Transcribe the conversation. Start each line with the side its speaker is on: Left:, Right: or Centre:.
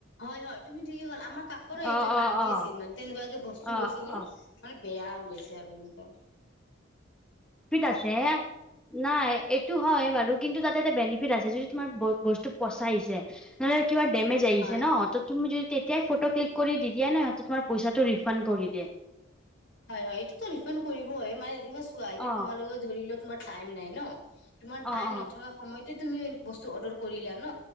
Left: হয়-হয় তুমি কি হ'ল আমাৰ কাষৰে এজন
Centre: অ অ
Left: আন্টি
Centre: অ
Left: আছিল মানে তেনেকুৱাকে বস্তু
Centre: অ
Left: লৈছিলে
Centre: অ
Left: মানে। বেয়া ওলাইছে আৰু এনেকোৱা।
Centre: আছে নাই এইটো হয় বাৰু কিন্তু তাতে এটা বেনিফিট আছে য। তমান ব বস্তু পচাইছে নহলে। কিবা ডেমেজ আহিছে
Left: হয়
Centre: ন ত' তুমি যদি তেতিয়াই ফটো ক্লিক কৰি দি দিয়া নহ। তোমাৰ পইচাটো ৰিফা কৰি দে।
Left: হয় হয় এইটোতো ৰিফাণ্ড কৰিবই মানে এই চোৱা এয়া
Centre: অ
Left: তোমালোক ধৰিলে তোমাৰ টাইম নাই ন। তোমাৰ
Centre: অ
Left: টাইম
Centre: অ
Left: নথকা সময়তে তুমিও বস্তু অৰ্ডাৰ কৰিলা ন।